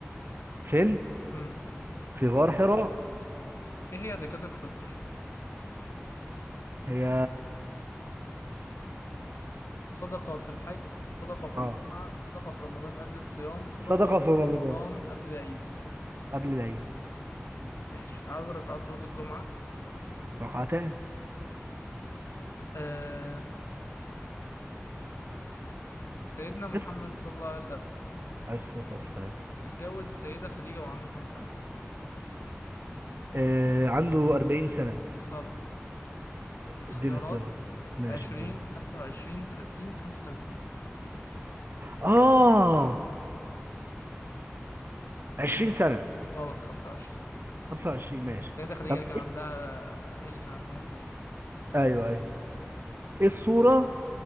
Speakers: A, on the right; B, on the left.
A: فين
B: امم
A: في غار حراء
B: ايه هي زكاة الفطر
A: هي
B: صدقة في الحج صدقة في
A: اه
B: الجمعة صدقة في رمضان قبل الصيام صدقة
A: صدقه
B: في
A: في رمضان
B: رمضان قبل العيد
A: قبل العيد
B: ماشي عدد ركعات صلاة الجمعة
A: ركعتان
B: آه سيدنا محمد
A: اسال
B: صلى الله عليه وسلم
A: عليه الصلاه والسلام
B: اتجوز السيدة خديجة وعنده كام سنة؟
A: آه عنده 40 سنه
B: غلط اديك اختيارات
A: اديني اختيارات ماشي
B: عشرين
A: اديني
B: خمسة وعشرين تلاتين خمسة وتلاتين
A: اه 20 سنه
B: غلط خمسة وعشرين
A: 25 ماشي
B: السيدة خديجة
A: طب
B: اللي كان
A: إيه؟
B: عندها هي اللي كان عندها أربعين
A: ايوه ايوه ايه السوره